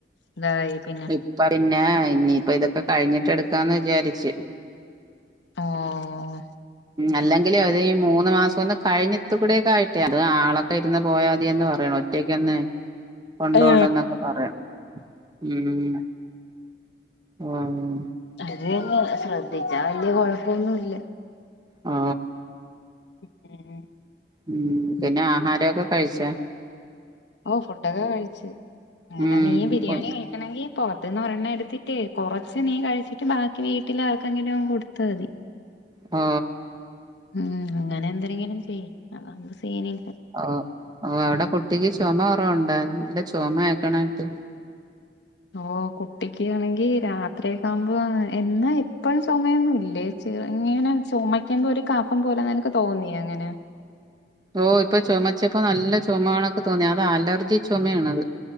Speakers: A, on the left; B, on the right.
A: ഇതായി പിന്നെ
B: ഇപ്പ പിന്നെ ഇനിയിപ്പ ഇതൊക്കെ കഴിഞ്ഞിട്ടടുക്ക് <inaudible> ക്കന്ന് വിചാരിച്ച്
A: ഓഹ്
B: അല്ലെങ്കിലേ <unintelligible> അത് മൂന്ന് മാസം ഒന്ന് കഴിഞ്ഞിട്ട കൂടെയൊക്കായിട്ടേ അത് ആളൊക്കെ ഇരുന്ന് പോയാ മതി എന്ന് പറയണം ഒറ്റയ്ക്കങ്ങു കൊണ്ടൊണ്ടന്നൊക്കെ
A: അത്
B: പറയണം ഉം ആ <unintelligible>
A: <unintelligible> അ ശ്രദ്ധിച്ചാ വലിയ കുഴപ്പൊന്നുമല്ല
B: ആ
A: ഉം <unintelligible>
B: ഉം പിന്നെ ആഹാരമൊക്കെ കഴിച്ച <inaudible>
A: ഓ ഫുഡൊക്കെ കഴിച്ച് അങ്ങനെ
B: ഉം
A: നീ ബിരിയാണി
B: ഓ
A: കഴിക്കണോങ്കിൽ പോറത്തിന്ന് ഒരെണ്ണം എടുത്തിട്ടേ കൊറച്ച് നീ കഴിച്ചിട്ട് ബാക്കി വീട്ടില് ആർക്കെങ്കിലും കൊടുത്താ മതി
B: ആ
A: മ് അങ്ങനെ എന്തെ എങ്ങനെയും ചെയ് സീനിൽ
B: ഓ ആ അവിടെ കുട്ടിക്ക് ചുമ കുറവുണ്ട നല്ല ചൊമ കേക്കണകേട്ട്
A: ഓ കുട്ടിക്ക്യണെങ്കി രാത്രി ആകുമ്പോ എന്നാ എപ്പഴും ചുമയൊന്നും ഇല്ലേ ചെറ്ങ്ങനെ ചുമയ്ക്കുമ്പോ ഒരു കഫം പോല നിനക്ക് തോന്നിയങ്ങനെ
B: ഓ ഇപ്പൊ ചൊമച്ചപ്പോ നല്ല ചൊമകണക്ക് തോന്നി അത് അലർജി ചൊമയാണത്